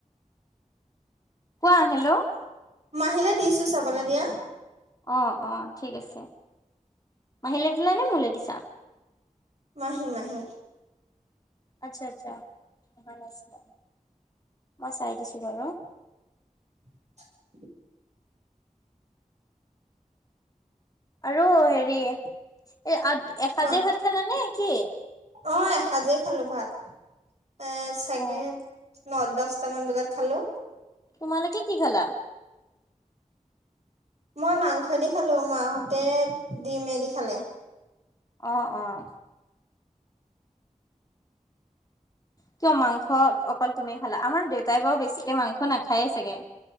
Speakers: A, on the left (about 25°); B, on the right (about 55°).
A: কোৱা হেল্ল'
B: মাহিলে দিছো চাবলৈ দিয়া
A: অ অ ঠিক আছে মাহিলে দিলা নে মোলে দিছা।
B: মাহি মাহি
A: আচ্ছা আচ্ছা। ভাল নাছিলে মই চাই দিছো বাৰু
B: <inaudible>
A: আৰু হেৰি এ এসাঁজে
B: কোৱা
A: ভাত খালানে? কি
B: অ এসাজেই খালো ভাত এ চাগে
A: অ
B: ন দহ বাৰতামান বজাত খালো
A: তোমালোকে কি খালা?
B: মই মাংস দি খালো মাহঁতে দিম এদি খালে।
A: অ অ কিয় মাংস অকল তুমি খালা আমাৰ দেউতাই বাৰু বেছিকে মাংস নাখায়ে চাগে।